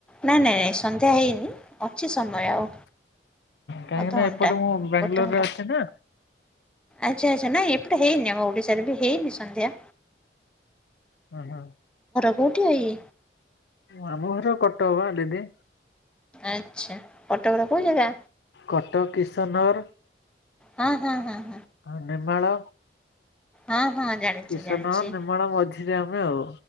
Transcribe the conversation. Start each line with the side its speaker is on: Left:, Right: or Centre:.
Centre: ନାଇଁ ନାଇଁ ନାଇଁ ସନ୍ଧ୍ୟା ହେଇନି ଅଛି ସମୟ।
Left: କାହିଁକି
Centre: ଅଧଘଣ୍ଟା
Left: ନା ଏପଟେ ମୁଁ ବାଙ୍ଗାଲୋରରେ
Centre: ଗୋଟେ ଘଣ୍ଟା
Left: ଅଛି ନା
Centre: ଆଚ୍ଛା ଆଚ୍ଛା ନାଇ ଟେ ହେଇନି ଆମ ଓଡିଶାରେ ବି ହେଇନି ସନ୍ଧ୍ୟା।
Left: ହୁଁ ହୁଁ।
Centre: କୋଉଠିକା ଇଏ
Left: ଆମ ଘର କଟକ ବା ଦିଦି।
Centre: ଆଚ୍ଛା। କଟକର କୋଉ ଜାଗା?
Left: କଟକ କିିଶନ ନଗର।
Centre: ହଁ ହଁ ହଁ ।
Left: ହଁ ନିମାଳ।
Centre: ହଁ ହଁ ଜାଣିଛି
Left: କିଶନ
Centre: ଜାଣିଛି
Left: ନିର୍ମଳ ମଝିରେ ଆମେ ଆଉ।